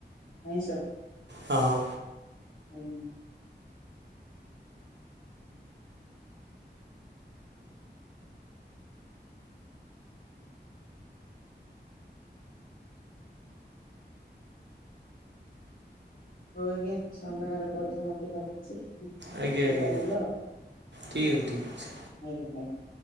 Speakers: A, on the left; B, on the right.
A: ଆଇଁଷ?
B: ହଁ।
A: ଆଇଁ ହଉ ଆଜ୍ଞା ସମୟର ପରିସମତି ଘଟୁଛି।
B: ଆଜ୍ଞା ଆଜ୍ଞା
A: କରିବା ଆଉ
B: ଠିକ୍ ଅଛି ଠିକ୍ ଅଛି
A: ଆଜ୍ଞା ଆଜ୍ଞା।